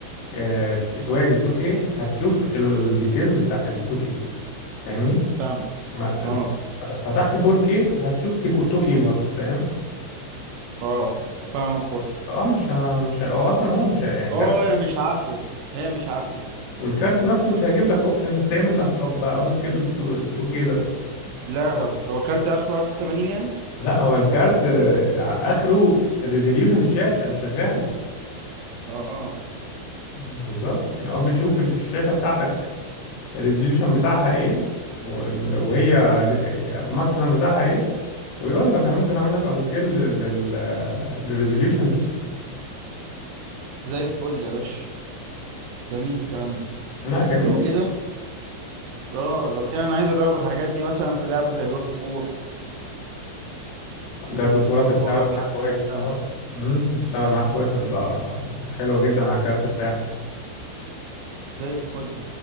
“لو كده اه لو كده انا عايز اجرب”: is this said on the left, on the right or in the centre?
Right